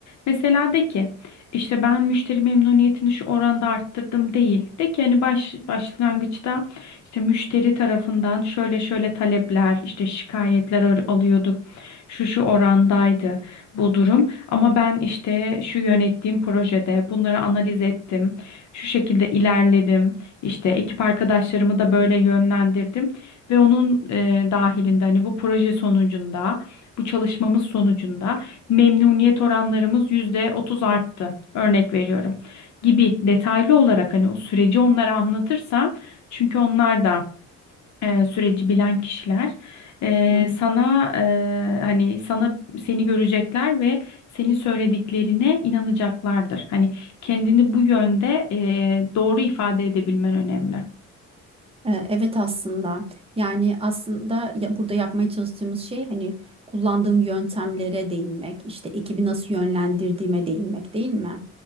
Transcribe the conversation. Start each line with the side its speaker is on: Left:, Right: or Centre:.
Left: Mesela de ki işte ben müşteri memnuniyetini şu oranda arttırdım değil. De ki hani baş, başlangıçta işte müşteri tarafından şöyle şöyle talepler, işte şikayetler al- alıyorduk. Şu şu orandaydı bu durum. Ama ben işte şu yönettiğim projede bunları analiz ettim. Şu şekilde ilerledim. İşte ekip arkadaşlarımı da böyle yönlendirdim ve onun e, dahilinde hani bu proje sonucunda bu çalışmamız sonucunda memnuniyet oranlarımız %30 arttı. Örnek veriyorum. Gibi detaylı olarak hani o süreci onlara anlatırsan çünkü onlar da e, süreci bilen kişiler e,
Right: Evet.
Left: sana e, hani sana seni görecekler ve senin söylediklerine inanacaklardır. Hani kendini bu yönde e, doğru ifade edebilmen önemli.
Right: Ee, Evet aslında yani aslında ya- burada yapmaya çalıştığımız şey hani kullandığım yöntemlere değinmek işte ekibi nasıl yönlendirdiğime değinmek değil mi?